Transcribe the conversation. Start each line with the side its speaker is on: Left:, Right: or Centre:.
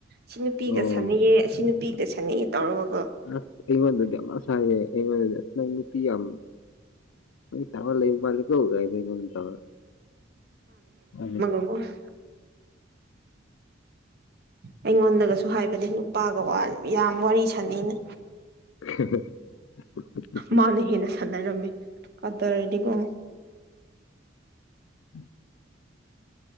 Right: ꯁꯤ ꯅꯨꯄꯤꯒ
Left: ꯑꯣ
Right: ꯁꯥꯟꯅꯩꯌꯦ ꯁꯤ ꯅꯨꯄꯤꯒ ꯁꯥꯟꯅꯩꯌꯦ ꯇꯧꯔꯒꯀꫭ
Left: ꯑ ꯑꯩꯃꯗꯨꯗꯤꯃꯁꯥꯏꯦꯃ <unintelligible> ꯅꯪ ꯅꯨꯄꯤ ꯌꯥꯝ ꯇꯍ ꯂꯩ ꯃꯥꯀ <unintelligible> ꯊ
Right: ꯍꯣ <unintelligible> ꯑꯩꯉꯣꯟꯗꯒꯁꯨ ꯍꯥꯏꯕꯅꯦ ꯅꯨꯄꯥꯒ ꯌꯥꯝ ꯋꯥꯔꯤ ꯁꯥꯟꯅꯩꯩꯅ
Left: <inaudible>
Right: ꯃꯥꯅ ꯍꯦꯟꯅ ꯁꯥꯟꯅꯔꯝꯃꯤ ꯀꯗꯔꯗꯤꯀꫭ
Left: ꯎꯝ <unintelligible>